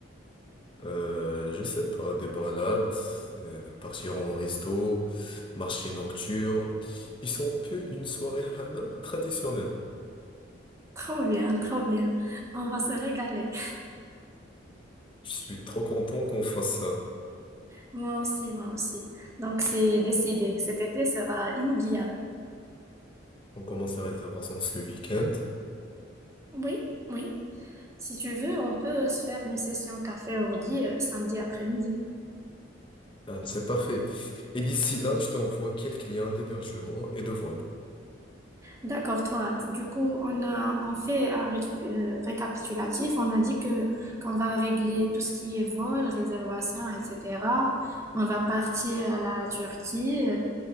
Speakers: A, on the left; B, on the right.
A: Euh, je sais pas, des balades, euh, partir en resto, marché nocturne. Ils sont un peu une soirée hammam traditionnelle.
B: Trop bien, trop bien. On va se régaler.
A: Je suis trop content qu'on fasse ça.
B: Moi aussi, moi aussi. Donc, c'est décidé. Cet été sera inoubliable.
A: On commence les réservations ce week-end.
B: Oui, oui. Si tu veux, on peut se faire une session café ordi euh, samedi après-midi.
A: Ah, c'est parfait. Et d'ici là, je t'envoie quelques liens d'hébergement et de vol.
B: D'accord, toi. Du coup, on a, on fait un récup- euh, récapitulatif. On a dit que qu'on va régler tout ce qui est vol, réservation, etc. On va partir à la Turquie. Euh,